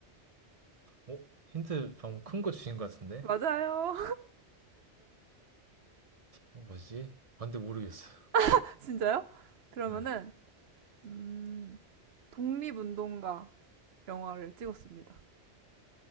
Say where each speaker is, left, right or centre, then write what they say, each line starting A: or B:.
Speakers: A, on the right; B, on the right.
A: 어? 힌트 방금 큰 거 주신 것 같은데?
B: 맞아요.
A: 어, 뭐지? 아, 근데 모르겠어요.
B: <laughs> 진짜요? 그러면은,
A: 네.
B: 음, 독립운동가 영화를 찍었습니다.